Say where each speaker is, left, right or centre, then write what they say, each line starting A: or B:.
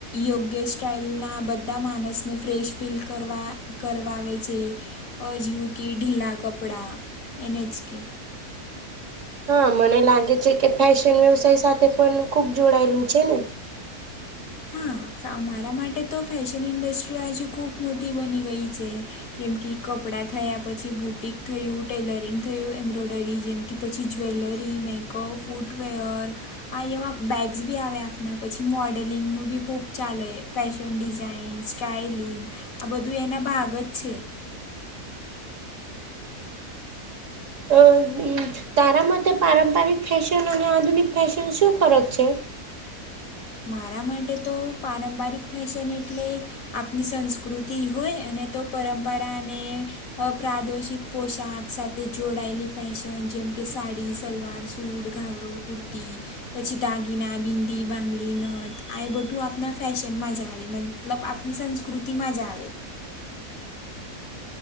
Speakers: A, on the left; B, on the right.
A: યોગ્ય સ્ટાઇલના બધા માણસને ફ્રેશ ફીલ કરવા. કરવા આવે છે અજીવું કે ઢીલા કપડાં એને જ કે.
B: હા મને લાગે છે કે ફેશન વ્યવસાય સાથે પણ ખુબ જોડાયેલું છે ને.
A: હા અમારા માટે તો ફેશન ઇન્ડસ્ટ્રી હજી ખૂબ મોટી બની ગઈ છે. જેમ કે કપડાં થયા પછી બુટિક થયું ટેલરિંગ થયું એમ્બ્રોઇડરી જેમ કે પછી જ્વેલરી મેકઅપ ફૂટવેર. આ એવા બેગ્સ બી આવે આપના પછી મોડન. લિંગનું બી ખૂબ ચાલે ફેશન ડિઝાઇન સ્ટાઇલિંગ. આ બધું એના ભાગ જ છે.
B: અ. તારા માટે પારંપરિક ફેશન અને આધુનિક ફેશન શું ફરક છે.
A: મારા માટે તો પારંપરિક ફેશન એટલે. આપની સંસ્કૃતિ હોય અને તો પરંપરાને. અપ્રાદોષિક પોશાક સાથે જોડાયેલી ફેશન જેમકે સાડી સલવાર સૂટ. ઘાગડું કુર્તી પછી દાગીના બિંદી બાંગડી. આઈ બટું આપના ફેશનમાં જ આવે મતલબ આપની સંસ્કૃતિમાં જ આવે.